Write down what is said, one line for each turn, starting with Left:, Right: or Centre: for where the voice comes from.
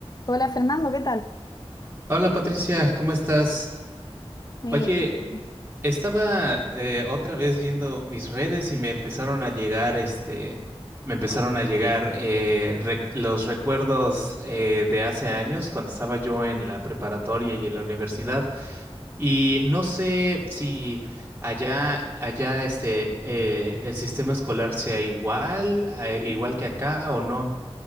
Left: Hola Fernando, ¿qué tal?
Right: Hola Patricia, ¿cómo estás?
Left: Muy
Right: Oye,
Left: bien.
Right: estaba eh, otra vez viendo mis redes y me empezaron a llegar, este, me empezaron a llegar eh, re- los recuerdos eh, de hace años cuando estaba yo en la preparatoria y en la universidad. Y no sé si allá, allá, este, eh, el sistema escolar sea igual, eh, igual que acá o no.